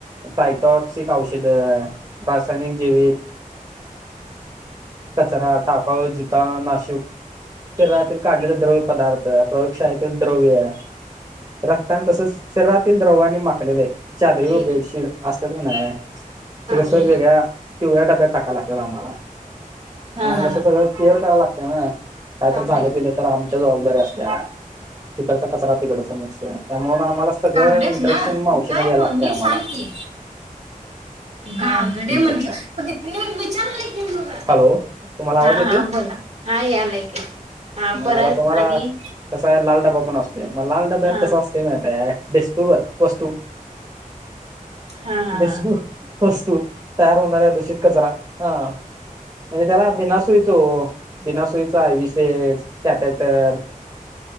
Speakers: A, on the right; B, on the right.
A: सायटॉक्सिक औषधं रासायनिक जैविक कचरा टाकाऊ जिताऊ नाशूक. शरीरातील काढलेले द्रव्य पदार्थ प्रयोगशाळेत, द्रव्य रक्तांनी तसेच शरीरातील द्रव्याने माखलेले चादरी
B: वेली
A: व बेडशीट. शिड असत्यात का नाही ते
B: कागडे
A: कसं वेगळ्या
B: ना?
A: पिवळ्या डब्यात टाकायला लागत्यात आम्हांला. म्हणून
B: हा हा
A: कसं
B: हा.
A: सगळं केअर करायला लागतंय ना कायतर
B: कागडे
A: झालं बिलं तर. तर आमच्यावर जबाबदारी असत्या, तिकडचा कचरा तिकडचा मिक्स त्यामुळे आम्हांला सगळं
B: कागडेच
A: इंट्रक्शन
B: ना
A: मावशीना
B: मग काय
A: द्याला
B: मग
A: लागतंय
B: नीट
A: आम्हांला
B: सांग की <inaudible>
A: इंट्रक्शन हॅलो तुम्हाला आवाज
B: हा
A: येते
B: हा बोला हा यालाय की हा
A: मग
B: परत
A: आता तुम्हाला
B: आणि
A: कसा आहे लाल डबा पण असतोय, मग लाल डब्यात
B: हा
A: कसं असतय माहिताय डिस्पोबल वस्तू
B: हा हा
A: दशू
B: हा
A: वस्तू तयार होणारऱ्या दुषित कचरा हा- म्हणजे त्याला बीना सुईच हो. बिना सुईच I V set कॅपॅटर